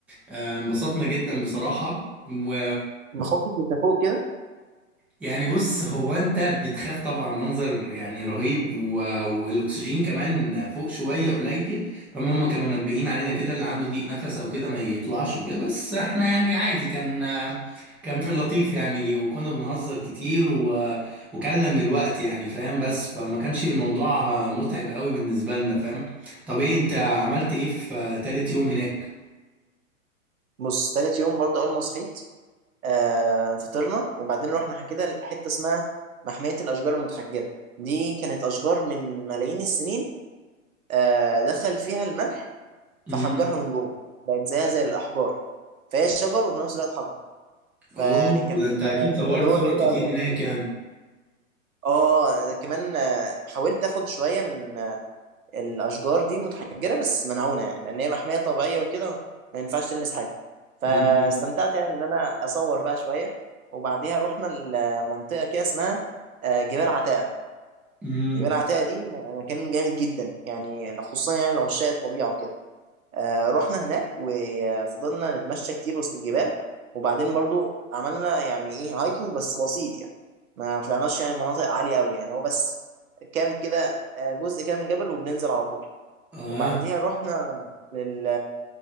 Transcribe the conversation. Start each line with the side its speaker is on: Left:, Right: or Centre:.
Centre: آه انبسطنا جدا بصراحة و...
Right: ما خفتش انت فوق كده
Centre: يعني بص هو انت بتخاف طبعا منظر يعني رهيب و... والاكسجين كمان فوق شويه قليل فما هم كانوا منبهين علينا
Right: مم.
Centre: كده اللي عنده ضيق نفس او كده ما يطلعش وكده بس احنا يعني عادي كان كان في اللطيف يعني وكنا بنهزر كتير و... وكلنا من الوقت يعني فاهم بس فما كانش الموضوع
Right: مم.
Centre: متعب قوي بالنسبه لنا فاهم طب ايه انت عملت ايه في تالت يوم هناك
Right: بص تالت يوم برضه اول ما صحيت آه، فطرنا وبعدين رحنا كده لحته اسمها محميه الاشجار المتحجره دي كانت اشجار من ملايين السنين آه، دخل فيها الملح فحجرها
Centre: امم
Right: من جوه بقت زيها زي الاحجار فهي شجر وفي نفس الوقت حجر فيعني
Centre: اوه
Right: كان
Centre: ده انت اكيد
Right: آه،
Centre: صورت
Right: كان تجربه
Centre: صور
Right: جميله
Centre: كتير
Right: قوي يعني
Centre: هناك يعني
Right: اه آه، كمان آه، حاولت اخد شويه من الاشجار دي المتحجره بس منعونه يعني لان هي محميه طبيعيه وكده ما ينفعش تلمس حاجه فاستمتعت
Centre: امم
Right: يعني ان انا اصور بقى شويه وبعديها رحنا لمنطقه كده اسمها آه، جبال عتاقه
Centre: امم
Right: جبال عتاقه دي م- مكان جامد جدا يعني خصوصا يعني لعشاق الطبيعه وكده آه، رحنا هناك وفضلنا نتمشى كتير وسط الجبال وبعدين برضو عملنا يعني ايه هايكنج بس بسيط يعني ما طلعناش يعني مناطق عاليه قوي يعني هو بس كام كده آه، جزء كام من جبل وبننزل على طول
Centre: اه
Right: وبعديها رحنا لل